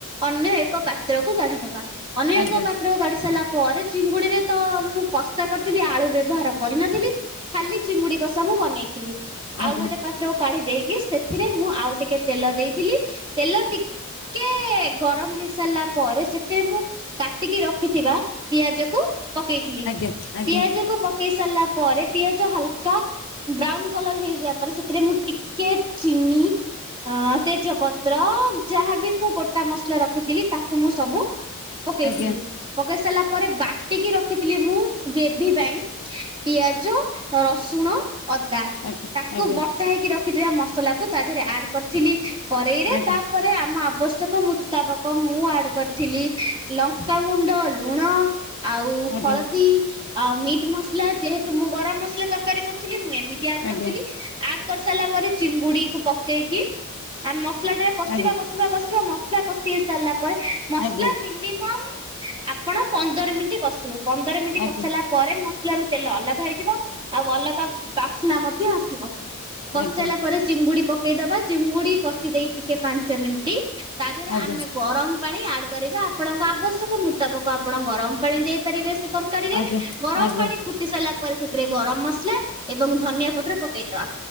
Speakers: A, on the right; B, on the left.
A: ଅନ୍ୟ ଏକ ପାତ୍ରକୁ କାଢିଦବା। ଅନ୍ୟ
B: ଆଜ୍ଞା
A: ଏକ
B: ଆଜ୍ଞା
A: ପାତ୍ରକୁ ଖାଢ଼ି ସାରିଲା ପରେ ଚିଙ୍ଗୁଡିରେ ତ ମୁଁ କସ୍ତା କରିଥିଲି ଆଳୁ ବ୍ୟବହାର କରିନଥିଲି ଖାଲି ଚିଙ୍ଗୁଡି କ ସବୁ ବନେଇଥିଲି।
B: ଆଜ୍ଞା
A: ଆଉ ଗୋଟେ ପାତ୍ର କୁ କାଢି ଦେଇକି ସେ ଏଥିରେ ମୁଁ ଆଉ ଟିକେ ତେଲ ଦେଇଥିଲି। ତେଲ ଟିକେ ଟିକେ ଗରମ ହେଇସାରିଲା ପରେ ସେଥିରେ ମୁଁ କାଟିକି ରଖିଥିବା ପିଆଜକୁ ପକେଇଥିଲି
B: ଆଜ୍ଞା ଆଜ୍ଞା ଆଜ୍ଞା ଆଜ୍ଞା
A: ପିଆଜ କୁ ପକେଇ ସାରିଲା ପରେ ପିଆଜ ହାଲକା ତା ବ୍ରାଉନ କଲର ହେଇଯିବା ପରେ ସେଥିରେ ମୁଁ ଟିକେ ଚିନି ଅ ତେଜପତ୍ର ଯାହାବି ମୁଁ ଗୋଟା ମସଲା ରଖିଥିଲି ତାକୁ ମୁଁ ସବୁ ପକେଇଥିଲି
B: ଆଜ୍ଞା ଆଜ୍ଞା ଆଜ୍ଞା ଆଜ୍ଞା ଆଜ୍ଞା
A: ପକେଇ ସାରିଲା ପରେ ବାଟିକି ରଖିଥିଲି ମୁଁ ଗ୍ରେଭି ପାଇଁ ପିଆଜ ରସୁଣ ଅଦା
B: ଆଜ୍ଞା
A: ତାକୁ
B: ଆଜ୍ଞା
A: ବଟା ହେଇକି ରଖିଥିବା ମସଲା କ ତା ଦେହରେ ଆଡ କରିଥିଲି କରେେଇ ରେ
B: ଆଜ୍ଞା
A: ତାପରେ ଆମ ଆବଶ୍ୟକ ମୁତାବକ ମୁଁ ଆଡ କରିଥିଲି ଲଙ୍କାଗୁଣ୍ଡ ଲୁଣ ଆଉ
B: ଆଜ୍ଞା
A: ହଳଦୀ ଆଉ ମିଟ୍ ମସଲା ଯେହେତୁ ମୁଁ ଗରମ ମସଲା ତରକାରୀ କରୁଥିଲି ମୁଁ ଏମିତି
B: ଆଜ୍ଞା
A: କରିଥିଲି ଆଡ କରିସାରିଲା ପରେ ଚିଙ୍ଗୁଡି କ ପକେଇକି ଆମ ମସଲା ଟା କଷିବା
B: ଆଜ୍ଞା
A: କଷିବା କଷିବା ମସଲା କଷି ହେଇ ସାରିଲା ପରେ ମସଲା
B: ଆଜ୍ଞା
A: ମି ି ଆପଣ ପନ୍ଦର ମିନିଟ କସିବେ ପନ୍ଦର ମିନିଟ୍
B: ଆଜ୍ଞା
A: କଷିଲଲାା ପରେ ମସଲ ର ତେଲ ଅଲଗା ହେଇଯିବ ଆଉ ଅଲଗା ବାସ୍ନା ମଧ୍ୟ ଆସିବ
B: ଆଜ୍ଞା
A: କଷାଇିଲା ପରେ ଚିଙ୍ଗୁଡି ପକେଇଦବା ଚିଙ୍ଗୁଡି କଷି ଦେଇେଇ ଟିକେ ପାଞ୍ଚ ମିନିଟ୍ ତା ଦେହରେ
B: ଆଜ୍ଞା
A: ଆମେ ଗରମ ପାଣି ଆଡ କରିବା ଆପଣଙ୍କ ଆବଶ୍ୟକ ମୁତାବକ ଆପଣ ଗରମ ପାଣି ଦେଇ େ ସେ ତରକାରୀରେ
B: ଆଜ୍ଞା
A: ଗରମ
B: ଆଜ୍ଞା
A: ପାଣି ଫୁଟି ସାରିଲା ପରେ ସେଥିରେ ଗରମ ମସଲା ଏବଂ ଧନିଆ ପତ୍ର ପକେଇଦବା